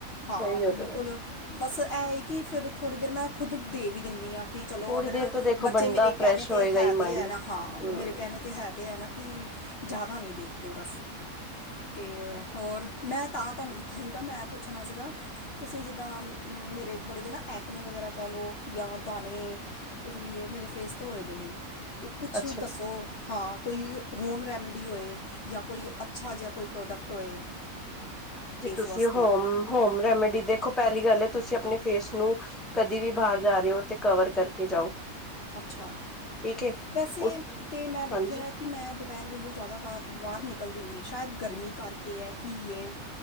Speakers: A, on the left; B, in the centre.
A: ਹਾਂ
B: ਸਹੀ
A: ਬਿਲਕੁਲ
B: ਗੱਲ ਹੈ ਵੈਸੇ
A: ਬਸ ਏਹ ਹੈ ਹੀ ਕਿ ਫੇਰ ਥੋੜ੍ਹੀ ਦੇਰ ਮੈਂ ਖੁਦ ਦੇ ਵੀ ਦਿੰਨੀ ਆ ਕਿ ਚਲੋ
B: ਥੋੜ੍ਹੀ
A: ਅਗਰ
B: ਦੇਰ ਤਾਂ ਦੇਖੋ
A: ਬੱਚੇ
B: ਬੰਦਾ
A: ਮੇਰੇ
B: ਫਰੈਸ਼
A: ਕਹਿਣੇ ਤੇ
B: ਹੋਏਗਾ
A: ਹੈ
B: ਹੀ
A: ਤੇ
B: ਮਾਇੰਡ
A: ਹੈ ਨਾ
B: ਹਮ
A: ਹਾਂ ਮੇਰੇ ਕਹਿਣੇ ਤੇ ਹੈ ਤੇ ਹੈ ਨਾ ਕਿ ਜ਼ਿਆਦਾ ਨਹੀ ਦੇਖਦੇ ਬਸ। ਅਤੇ ਹੋਰ ਮੈਂ ਤਾਂ ਤੁਹਾਨੂੰ ਕੀਤਾ ਸੀਗਾ ਮੈਂ ਪੁੱਛਣਾ ਸੀਗਾ ਤੁਸੀਂ ਜਿੱਦਾਂ ਮੇਰੇ ਥੋੜ੍ਹੇ ਜਿਹੇ ਨਾ ਐਕਨੇ ਵਗੈਰਾ ਕਹਿ ਲਓ ਜਾਂ ਦਾਣੇ ਕੁਝ ਵੀ ਇਹ ਮੇਰੇ ਫੇਸ ਹੋਏ ਦੇ ਨੇ ਤੇ ਕੁਛ
B: ਅੱਛਾ
A: ਦੱਸੋ? ਹਾਂ ਕੋਈ ਹੋਮ ਰੈਮਡੀ ਹੋਏ ਜਾਂ ਕੋਈ ਅੱਛਾ ਜਿਹਾ ਕੋਈ ਪ੍ਰੋਡਕਟ ਹੋਏ। <inaudible>
B: ਜੇ ਤੁਸੀਂ
A: ਵਾਸਤੇ
B: ਹੋਮ ਹੋਮ ਰੈਮੇਡੀ ਦੇਖੋ ਪਹਿਲੀ ਗੱਲ ਹੈ ਤੁਸੀਂ ਆਪਣੇ ਫੇਸ ਨੂੰ ਕਦੇ ਵੀ ਬਾਹਰ ਜਾ ਰਹੇ ਹੋ ਤੇ ਕਵਰ ਕਰਕੇ ਜਾਓ
A: ਅੱਛਾ
B: ਠੀਕ ਹੈ
A: ਵੈਸੇ
B: ਉਸ
A: ਤੇ ਮੈਂ ਵੇਖਿਆ
B: ਹਾਂਜੀ
A: ਕਿ ਮੈਂ ਦੁਪਹਿਰ ਵੇਲੇ ਜ਼ਿਆਦਾ ਵ ਬਾਹਰ ਨਿਕਲਦੀ ਨਹੀਂ ਸ਼ਾਇਦ ਗਰਮੀ ਕਰਕੇ ਹੈ ਕੀ ਹੈ।